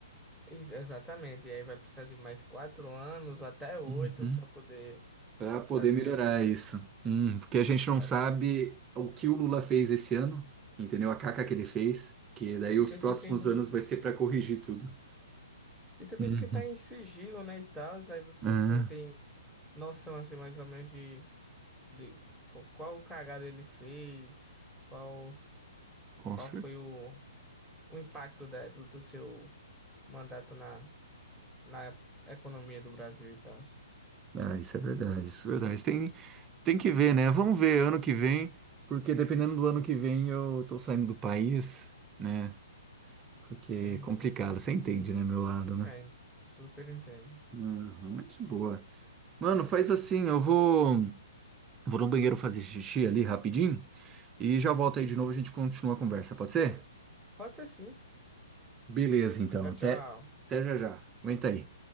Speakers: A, in the centre; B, on the right.
A: ex- exatamente. E aí vai precisar de mais quatro anos, até oito,
B: Uhum.
A: para poder
B: Para poder
A: fazer.
B: melhorar isso. Hum, porque a gente não
A: essa.
B: sabe o que o Lula fez esse ano, entendeu? A caca que ele fez, que daí
A: Porque
B: os próximos
A: fica em.
B: anos vai ser para corrigir tudo.
A: E também
B: Uhum.
A: porque tá em sigilo, né? E tal, aí você
B: Ah,
A: não tem noção assim mais ou menos de. de- de qual, qual cagada ele fez, qual,
B: com
A: qual
B: certeza.
A: foi o, o impacto da- do, do seu mandato na, na economia do Brasil e tal.
B: Ah, isso é verdade, isso é verdade. Tem, tem que ver, né? Vamos ver ano que vem, porque dependendo do ano que vem eu tô saindo do país, né? Porque
A: Uhum.
B: é complicado, você entende, né, meu lado, né?
A: É, super entendo.
B: Uhum, muito boa. Mano, faz assim, eu vou, vou no banheiro fazer xixi ali rapidinho. E já volto aí de novo, a gente continua a conversa, pode ser?
A: Pode ser sim.
B: Beleza, então.
A: Tchau,
B: Até,
A: tchau.
B: até já já. Aguenta aí.